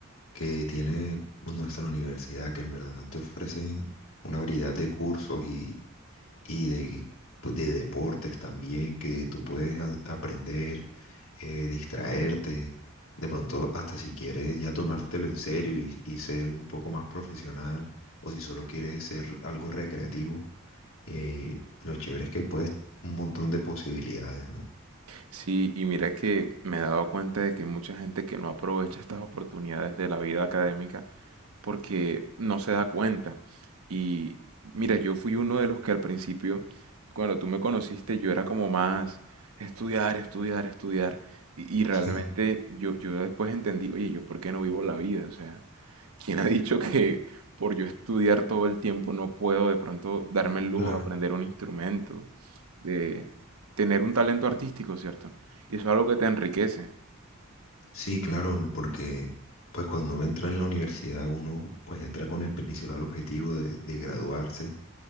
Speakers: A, on the left; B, on the right.
A: que tiene nuestra universidad, que en verdad te ofrecen una variedad de cursos y de, pues, de deportes también que tú puedes a- aprender, eh, distraerte, de pronto hasta si quieres ya tomártelo en serio y, y ser un poco más profesional o si solo quieres ser algo recreativo, eh, lo chévere es que puedes un montón de posibilidades, ¿no?
B: Sí, y mira que me he dado cuenta de que hay mucha gente que no aprovecha estas oportunidades de la vida académica porque no se da cuenta. Y mira, yo fui uno de los que al principio, cuando tú me conociste, yo era como más estudiar, estudiar, estudiar. Y, y realmente
A: Sí,
B: yo, yo después entendí, oye, yo por qué no vivo la vida, o sea, ¿Quién ha dicho que por yo estudiar todo el tiempo no puedo de pronto darme el lujo
A: claro.
B: de aprender un instrumento, de tener un talento artístico, ¿cierto? Y eso es algo que te enriquece,
A: Sí, claro, n- porque pues cuando uno entra en la universidad uno pues entra con el principal objetivo de de graduarse